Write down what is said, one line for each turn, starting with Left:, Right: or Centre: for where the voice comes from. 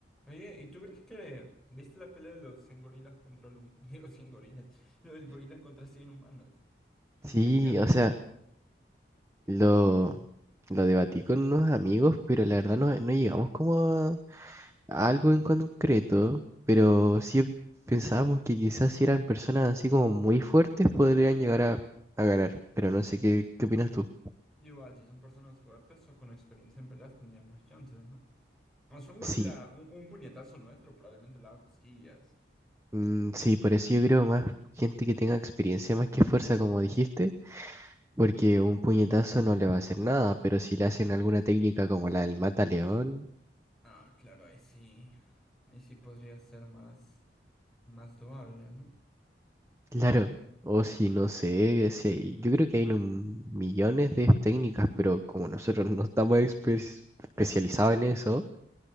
Centre: Oye, ¿y tú crees que viste la pelea de los 100 gorilas contra los... <laughs> Digo, 100 gorilas. Lo del gorila contra 100 humanos. ¿Quién
Right: Sí,
Centre: crees que ganaría?
Right: o sea, lo, lo debatí con unos amigos, pero la verdad no, no llegamos como a, a algo en concreto, pero sí pensábamos que quizás si eran personas así como muy fuertes podrían llegar a, a ganar, pero no sé, ¿qué, qué opinas tú?
Centre: Igual, si son personas fuertes o con experiencia en peleas tendrían más chances, ¿no? O sea, un gorila,
Right: Sí,
Centre: un, un puñetazo nuestro probablemente le haga cosquillas.
Right: mm, sí, por eso yo creo más gente que tenga experiencia más que fuerza, como dijiste, porque un puñetazo no le va a hacer nada, pero si le hacen alguna técnica como la del mata león
Centre: Ah, claro, ahí sí. Ahí sí podría ser más... más doable, ¿no?
Right: Claro, o si no sé, si yo creo que hay un- millones de técnicas, pero como nosotros no estamos espe- especializados en eso,